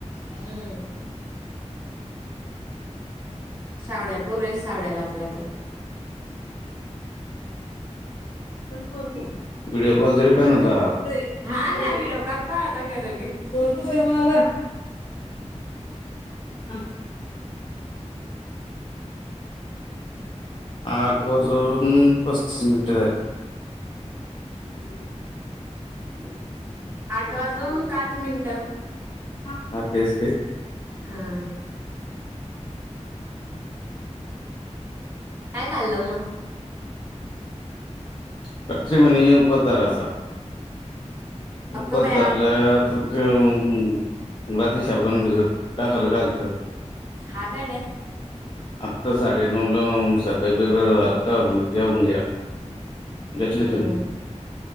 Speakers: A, on the right; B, on the left.
A: हम्म सावड्याला परल सावड्याला आपला तर
B: व्हिडिओ कॉल तरी पण न होता हा. <unintelligible>
A: हा ना व्हिडिओ कॉल पाहता खरं मी
B: बोल कुठे म्हणाला? ह. आठ वाजून- पस्तीस मिनिटं झाली.
A: <inaudible> आठ वाजून पाच मिनिट.
B: हां तेच ते.
A: हा. काय खाल्लं मग?
B: <unintelligible> उपास धरायचा.
A: अगं
B: उपास
A: बया
B: धरला तर - रात्री शाबुदाणा भिजत टाकायला काय झाल्त?
A: हा गड्या.
B: आत्ता साडे नऊला <unintelligible> तेव्हा म्हणे घेऊन घ्या. घेतलं
A: अं.
B: जेवून